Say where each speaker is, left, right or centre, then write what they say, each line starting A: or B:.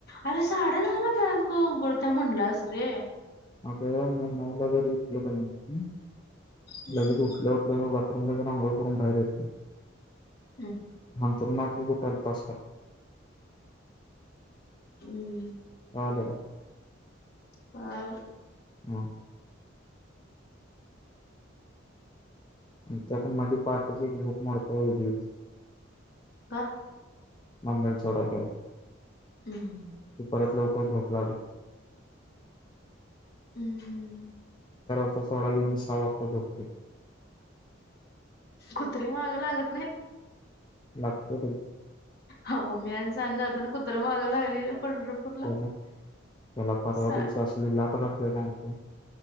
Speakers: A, on the left (about 55°); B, on the left (about 25°).
A: अरे साडे दहाला बँक उघडत म्हणलास रे.
B: अगं म नऊला जर उठलो का मी
A: हम्म.
B: लगेच उठल्या उठल्या मी बा <unintelligible> अंघोळ करून बाहेर येतो.
A: हम्म.
B: <unintelligible>
A: हम्म.
B: हॅलो.
A: कळाल.
B: मग त्या मध्ये, पहाटाचे लोक मोडतच <unintelligible>
A: का?
B: मंदल ोड ग <unintelligible>
A: हम्म
B: ते परत लाव. हो ोक ला <unintelligible>
A: हम्म!
B: आता सोडा घेऊन, मी सहा वाजता झोपतोय.
A: कुत्रे मागं लागत नाहीत.
B: लागत्यात की
A: आहो, मी आणि सानि जातना कुत्रं माग लागलेलं. पंढरपूरला.
B: त्याला, परवा
A: सा
B: दिवशी असली लाथ घातल्या सांगतो,